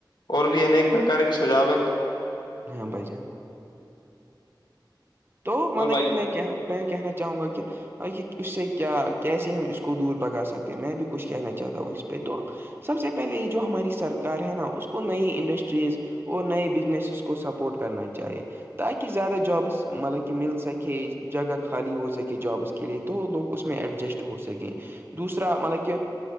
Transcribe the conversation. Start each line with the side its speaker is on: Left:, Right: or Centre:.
Left: اور بھی انیک پرکار کے سجاو ہیں
Right: ہاں بجان <unintelligible> تو مطلب
Left: اور بھائی
Right: کہ میں میں کہنا چاہوں گا کہ ب کہ اس سے کیا کیسے ہم اس کو دور بگا سکتے ہیں میں بھی کچھ کہنا چاہتا ہوں اس پہ تو سب سے پہلے یہ جو ہماری سرکار ہے نا اس کو نئی انڈسٹریز اور نئے بزنسس کو سپورٹ کرنا چاہیے تاکہ زیادہ جابس مطلب کہ مل سکے جگہ خالی ہو سکے جابس کے لیے تو لوگ اس میں ایڈجسٹ ہو سکیں دوسرا مطلب کہ